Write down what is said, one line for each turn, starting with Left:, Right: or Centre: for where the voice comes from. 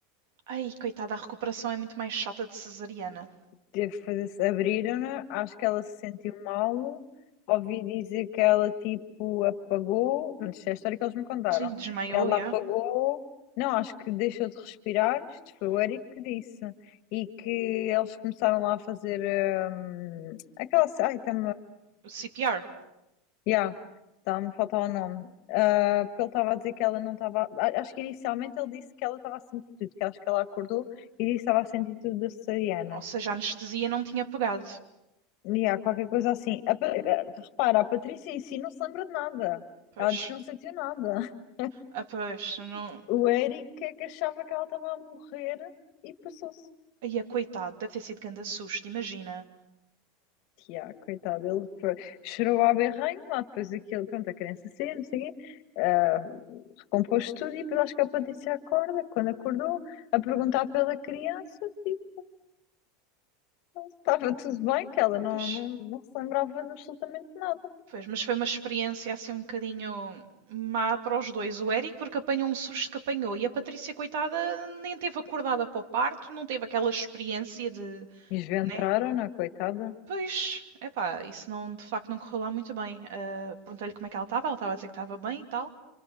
Right: Ai, coitada, a recuperação é muito mais chata de cesariana.
Left: teve que fazer, abriram-na, acho que ela se sentiu mal. Ouvi dizer que ela tipo apagou, pronto, isto é a história que eles me contaram,
Right: Sim, desmaiou,
Left: que ela
Right: já.
Left: apagou, não, acho que deixou de respirar, isto foi o Eric que disse, e que eles começaram lá a fazer hum, aquela, ai, está
Right: O C P R,
Left: Yeah, tá me faltar o nome. Ah, porque ele estava a dizer que ela não estava. a- Acho que inicialmente ele disse que ela estava a sentir tudo, que acho que ela acordou e disse que estava a sentir tudo da cesariana.
Right: Ou seja, a anestesia não tinha pegado.
Left: E há qualquer coisa assim. A Pa- repara, a Patrícia em si não se lembra de nada.
Right: Pois.
Left: Ela diz que não sentiu nada. <laughs>
Right: Ah, pois, não...
Left: O Eric é que achava que ela estava a morrer e passou-se.
Right: Ai, a coitada deve ter sido grande susto, imagina.
Left: Yeah, coitado, ele foi- chorou à berranho, lá depois aquilo, pronto, a criança saiu, não sei o quê, ah, recompôs tudo e depois acho que a Patrícia acorda, quando acordou, a perguntar pela criança, tipo, se estava tudo bem, que ela não,
Right: Pois.
Left: não, não se lembrava de absolutamente nada.
Right: Pois, mas foi uma experiência assim um bocadinho má para os dois. O Eric, porque apanhou um susto que apanhou, e a Patrícia, coitada, nem teve acordada para o parto, não teve aquela experiência de.
Left: Esventraram-na,
Right: né?
Left: coitada.
Right: Pois, epá, isso não, de facto não correu lá muito bem. Ah, perguntei-lhe como é que ela estava, ela estava a dizer que estava bem e tal.